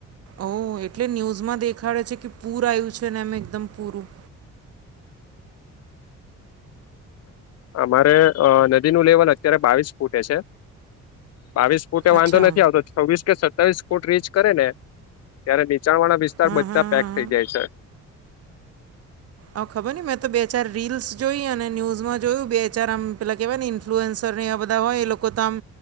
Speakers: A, on the right (about 55°); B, on the left (about 55°).
A: ઓહ! એટલે ન્યૂઝમાં દેખાડે છે કે પૂર આયું છે, ને આમ એકદમ પૂરું.
B: અમારે અહ નદી નું લેવલ અત્યારે બાવીસ ફૂટે છે. બાવીસ ફૂટે
A: અચ્છા
B: વાંધો ત્યાં નથી આવતો. છવ્વીસ, સતાવીસ ફૂટ રીચ કરે ને, ત્યારે નીચાણ વાળા વિસ સ્તાર
A: હા
B: બધા
A: હા
B: પેક
A: હા
B: થઈ
A: હા
B: જાય છે.
A: અહ ખબર નહીં. મેં તો બે-ચાર રીલ્સ જોઈ, અને ન્યૂઝમાં જોયું. બે-ચાર આમ પહેલા કહેવાય ને ઈન ફ્લુએન્સર ને એવાં બધા હોય એ લોકો તો આમ